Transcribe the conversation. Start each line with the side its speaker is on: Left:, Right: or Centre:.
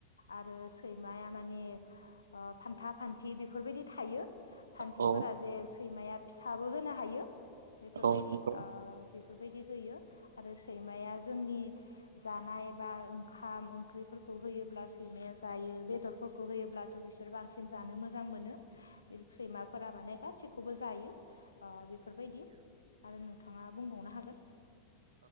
Left: आरो सैमाया माने ओ फान्था फान्थि बेफोरबायदि थायो फान्थिफोरा
Right: औ
Left: जे सैमाया फिसाबो होनो हायो बेफोरबायदि
Right: औ नंगौ
Left: ओ बेफोरबायदि होयो आरो सैमाया जोंनि जानाय बा ओंखाम ओंख्रिफोरखौ होयोब्ला सैमाया जायो बेदरफोरखौ होयो अब्लाथ' बिसोर बांसिन जानो मोजां मोनो बे सैमाफोरा माने गासिखौबो जायो ओ बेफोरबायदि आरो नोंथाङा बुंबावनो हागोन